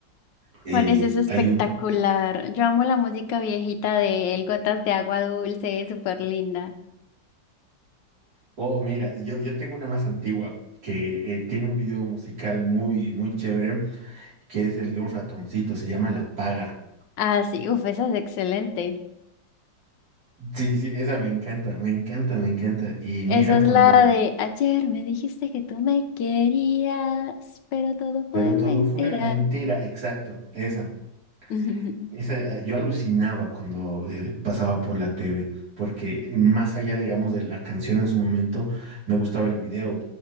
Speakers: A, on the right; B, on the left.
A: Eh,
B: Juan, es eso espectacular.
A: hay un...
B: Yo amo la música viejita de el Gotas de Agua Dulce, es súper linda.
A: Oh, mira, yo, yo tengo una más antigua que eh, tiene un video musical muy, muy chévere que es el de un ratoncito, se llama La Paga.
B: Ah, sí, uf, esa es excelente.
A: Sí, sí, esa me encanta, me encanta, me encanta. Y mira
B: Esa es
A: cuando,
B: la de ayer me dijiste que tú me querías, pero todo fue
A: pero todo
B: mentira.
A: fue mentira, exacto, esa.
B: <laughs>
A: Esa, eh, yo alucinaba cuando eh, pasaba por la TV, porque más allá, digamos, de la canción en su momento, me gustaba el video.